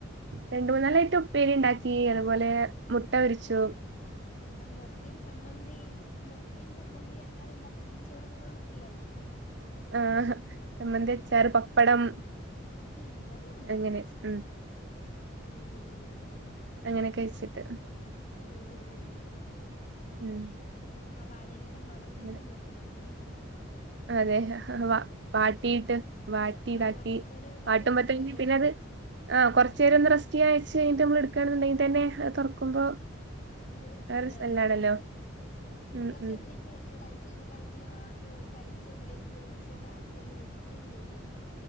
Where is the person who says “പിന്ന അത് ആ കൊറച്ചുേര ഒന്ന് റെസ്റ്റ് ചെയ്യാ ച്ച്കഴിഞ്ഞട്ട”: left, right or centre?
Right